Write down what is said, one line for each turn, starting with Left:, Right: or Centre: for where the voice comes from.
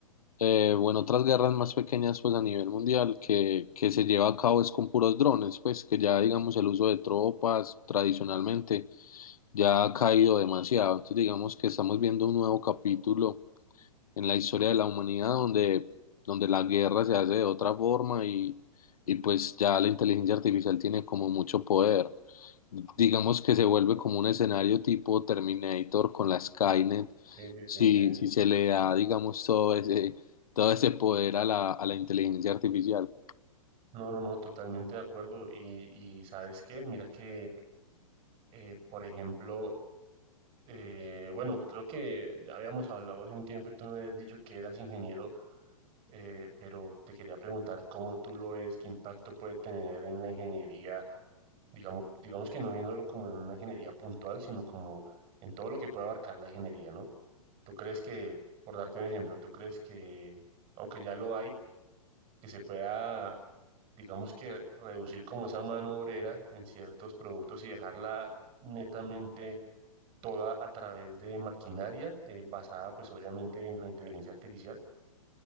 Left: eh, o en otras guerras más pequeñas pues a nivel mundial que, que se lleva a cabo es con puros drones, pues que ya digamos el uso de tropas tradicionalmente ya ha caído demasiado. Entonces digamos que estamos viendo un nuevo capítulo en la historia de la humanidad donde, donde la guerra se hace de otra forma y, y pues ya la inteligencia artificial tiene como mucho poder. Digamos que se vuelve como un escenario tipo Terminator con la Skynet,
Right: Sí, sí,
Left: si,
Right: sí, sí.
Left: si se le da, digamos, todo ese, todo ese poder a la, a la inteligencia artificial.
Right: No, no, no, totalmente de acuerdo. Y, y ¿sabes qué? Mira que, eh, por ejemplo, Eh, bueno, creo que ya habíamos hablado hace un tiempo y tú me habías dicho que eras ingeniero, eh, pero te quería preguntar cómo tú lo ves, qué impacto puede tener en la ingeniería, digamos, digamos que no viéndolo como en una ingeniería puntual, sino como en todo lo que puede abarcar la ingeniería, ¿no? ¿Tú crees que, por darte un ejemplo, tú crees que, aunque ya lo hay, que se pueda, digamos que reducir como esa mano obrera en ciertos productos y dejarla netamente toda a través de maquinaria eh, basada pues obviamente en la inteligencia artificial.